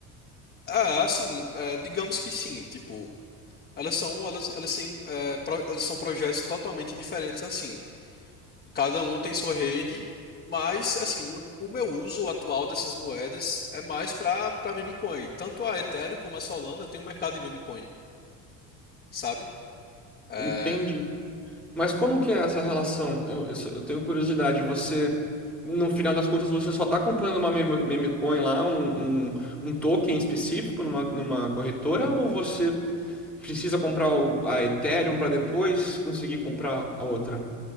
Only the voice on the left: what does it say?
Ah, assim, é, digamos que sim. Tipo, elas são, elas, elas têm, é, pro- elas são projetos totalmente diferentes assim. Cada um tem sua rede, mas assim, o, o meu uso atual dessas moedas é mais para para meme coin. Tanto a Ethereum como a Solana tem um mercado de meme coin, sabe? É,